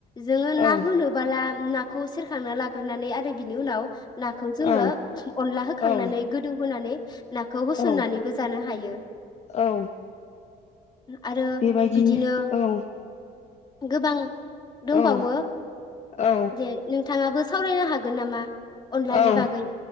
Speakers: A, on the left; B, on the left.
A: जोंङो
B: औ
A: ना होनोबाला आ नाखौ सेरखांना लाग्रोनानै आरो बिनि उनाव नाखौ जोंङो
B: औ
A: अनला होखांनानै
B: औ
A: होनानै नाखौ होसननानैबो
B: औ
A: जानो हायो,
B: औ
A: आरो
B: बेबायदिनो
A: बिदिनो
B: औ
A: गोबां दंबावो
B: औ औ
A: दे नों थांङाबो सावरायनो हागोन नामा? अनलानि
B: औ
A: बागै